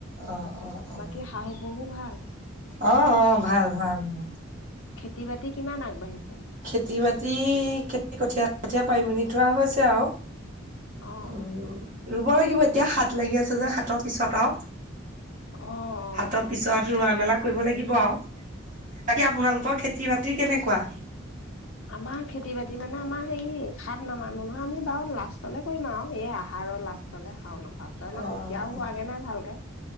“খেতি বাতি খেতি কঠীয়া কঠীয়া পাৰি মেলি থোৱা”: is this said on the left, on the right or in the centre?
Right